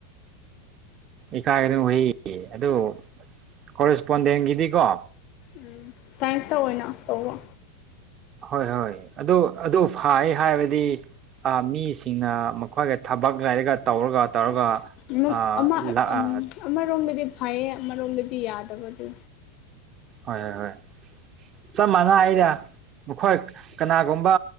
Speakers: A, on the right; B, on the left.
A: ꯏꯀꯥꯏꯒꯗ ꯍꯨꯏꯌꯦ ꯑꯗꯨ ꯀꯣꯔꯦꯁꯄꯣꯟꯗꯦꯟꯒꯤꯗꯤꯀꯣ
B: ꯎ ꯁꯥꯏꯟꯁꯇ ꯑꯣꯏꯅ ꯇꯧꯕ
A: ꯍꯣꯏ ꯍꯣꯏ ꯑꯗꯨ ꯑꯗꯨ ꯐ ꯍꯥꯏꯕꯗꯤ ꯃꯤꯁꯤꯡꯅ ꯃꯈꯣꯏꯒ ꯊꯕꯛ ꯂꯩꯔꯒ ꯇꯧꯔꯒ ꯇꯧꯔꯒ
B: ꯑꯁ
A: ꯑ
B: ꯑꯃ
A: ꯂꯥꯛꯑ
B: ꯑꯃꯔꯣꯝꯒꯤꯗꯤ ꯐꯩꯌꯦ ꯑꯃꯔꯣꯝꯗꯗꯤ ꯌꯥꯗꯕꯗꯨ
A: ꯍꯣꯏ ꯍꯣꯏ ꯍꯣꯏ ꯆꯞ ꯃꯥꯟꯅ ꯑꯩꯔ ꯃꯈꯣꯏ ꯀꯅꯥꯒꯨꯝꯕ